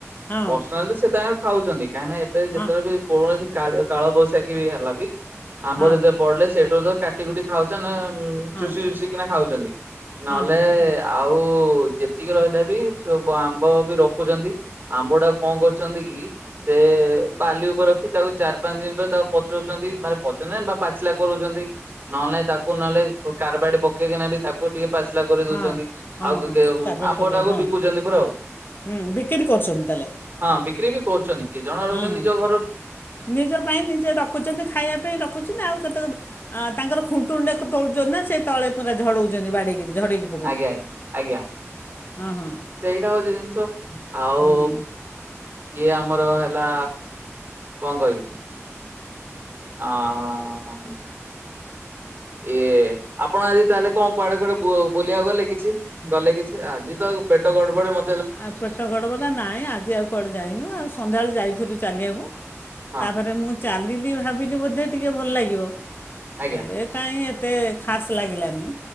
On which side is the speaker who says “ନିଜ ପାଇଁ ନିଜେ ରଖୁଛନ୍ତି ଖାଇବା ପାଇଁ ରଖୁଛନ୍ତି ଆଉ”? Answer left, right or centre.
Left